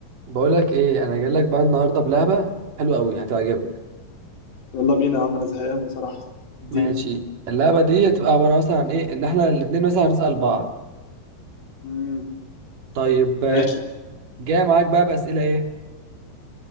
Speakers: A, on the right; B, on the left.
A: بقولك ايه انا جاي لك بقى النهارده بلعبه حلوه قوي هتعجبك
B: يلا بينا يا عم انا زهقان بصراحة الدين
A: ماشي اللعبه دي هتبقى عباره مثلا عن ايه ان احنا الاتنين مثلا هنسال بعض
B: امم
A: طيب آه،
B: ماشي
A: جاي معاك بقى باسئله ايه